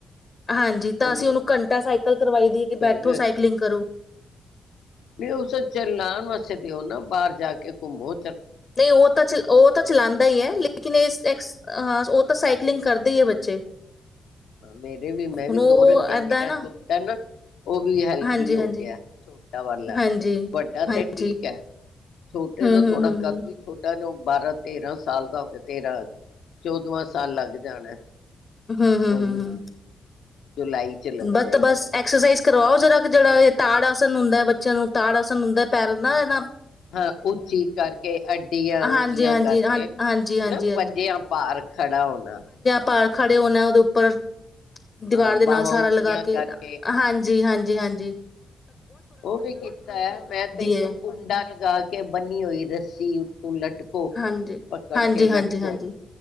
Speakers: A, on the left (about 30°); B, on the left (about 75°).
A: ਹਾਂਜੀ ਤਾਂ
B: ਉਹ
A: ਅਸੀਂ ਉਹਨੂੰ ਘੰਟਾ ਸ ਕਰਵਾਈ ਦੀ ਹੈ
B: ਲਿਖਿਆ
A: ਕਿ ਬੈਠੋ
B: ਹੀ ਹੋਇਆ
A: ਸਾਈਕਲਿੰਗ ਕਰੋ।
B: ਨਹੀਂ ਉਸੇ ਚੱਲਣਾ ਵੈਸੇ ਦਿਓ ਨਾ ਬਾਹਰ ਜਾ ਕੇ ਘੁੰਮ ਹੋ
A: ਨਹੀਂ ਉਹ ਤਾਂ ਚ ਉਹ ਤਾਂ ਚਲਾਉਂਦਾ ਹੀ ਹੈ ਲੇਕਿਨ ਹਾਂ ਉਹ ਤਾਂ ਸ ਸਕਕਲਿੰਗ ਕਰਦੇ ਹੀ ਹੈ ਬੱਚੇ।
B: ਮੇਰੇ ਵੀ ਮੈਂ
A: ਹੁਣ
B: ਵੀ
A: ਉਹ
B: ਦੋ ਰੱਖਿਆ
A: ਏਦਾਂ
B: ਮੇਰਾ
A: ਹੈ ਨਾ
B: ਛੋਟਾ ਨਾ ਉਹ ਵੀ ਹੈਲਥੀ
A: ਹਾਂਜੀ
B: ਹੋ
A: ਹਾਂਜੀ
B: ਗਿਆ ਛੋਟਾ ਵਾਲਾ,
A: ਹਾਂਜੀ
B: ਵੱਡਾ ਤੇ
A: ਹਾਂਜੀ
B: ਠੀਕ ਹੈ ਛੋਟੇ
A: ਹੂੰ
B: ਦਾ
A: ਹੂੰ
B: ਥੋੜਾ
A: ਹੂੰ
B: ਕਦ
A: ਹੂੰ
B: ਵੀ ਛੋਟਾ ਨਾ ਬਾਰਾਂ, ਤੇਰਾਂ ਸਾਲ ਦਾ ਹੋ ਗਿਆ ਤੇਰਾਂ ਚੌਦਵਾਂ ਸਾਲ ਲੱਗ ਜਾਣਾ।
A: ਹਮ-ਹਮ,
B: ਉਹਨੂੰ
A: ਹਮ-ਹਮ
B: ਜੁਲਾਈ ਚ ਲੱਗ
A: ਬਸ
B: ਜਾਏਗਾ
A: ਤਾਂ ਬੱਸ ਐਕਸਰਸਾਈਜ਼ ਕਰਵਾਓ ਜਿਹੜਾ ਕਿ ਜਿਹੜਾ ਤਾੜ ਆਸਨ ਹੁੰਦਾ ਬੱਚਿਆਂ ਨੂੰ ਤਾੜ ਆਸਨ ਹੁੰਦਾ ਹੈ ਪੈਰ ਨਾ ਇਹ
B: ਹਾਂ ਉੱਚੀ ਕਰਕੇ ਡੀਆ ਉੱਚੀਆਂ
A: ਹਾਂਜੀ ਹਾਂਜੀ
B: ਕਰਕੇ
A: ਹਾਂ- ਹਾਂਜੀ ਹਾਂਜੀ
B: ਹਨਾ ਪੰਜਿਆਂ ਭਾਰ ਖੜਾ ਹੋਣਾ।
A: ਪਾਰ ਖੜੇ ਹੋਣਾ ਉਹਦੇ ਉੱਪਰ ਦੀਵਾਰ
B: ਹਾਂ ਬਾਹਵਾਂ
A: ਦੇ ਨਾਲ ਸਾਰਾ
B: ਉੱਚੀਆਂ
A: ਲਗਾ ਕੇ
B: ਕਰਕੇ
A: ਹਾਂਜੀ ਹਾਂਜੀ-ਹਾਂਜੀ
B: ਹਾਂ ਉਹ ਵੀ ਕੀਤਾ ਹੈ ਮੈਂ ਤੇ ਇੱਕ
A: ਹੈ
B: ਕੁੰਡਾ ਲਗਾ ਕੇ ਬੰਨੀ ਹੋਈ ਰੱਸੀ। ਹੁਣ ਲਟਕੋ
A: ਹਾਂਜੀ,
B: ਪਕੜ
A: ਹਾਂਜੀ,
B: ਕੇ ਲਟਕੋ
A: ਹਾਂਜੀ, ਹਾਂਜੀ।